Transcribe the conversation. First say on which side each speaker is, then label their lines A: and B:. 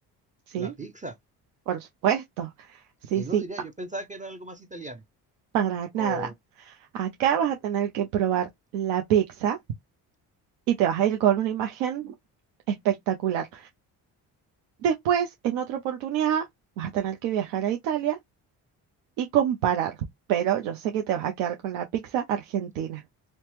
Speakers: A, on the right; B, on the right.
A: ¿sí?
B: La pizza.
A: Por supuesto. Sí,
B: ¿Quién
A: sí,
B: lo diría? Yo pensaba que era algo más italiano.
A: para nada.
B: O,
A: Acá vas a tener que probar la pizza y te vas a ir con una imagen espectacular. Después, en otra oportunidad, vas a tener que viajar a Italia y comparar, pero yo sé que te vas a quedar con la pizza argentina.